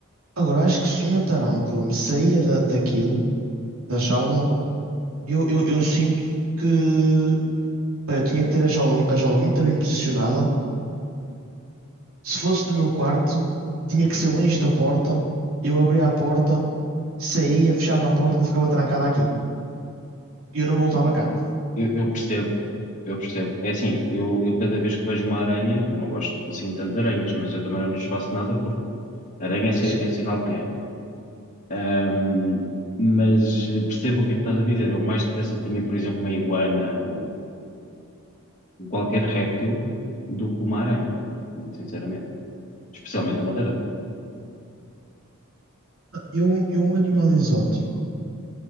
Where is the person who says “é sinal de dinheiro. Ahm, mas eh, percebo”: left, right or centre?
Left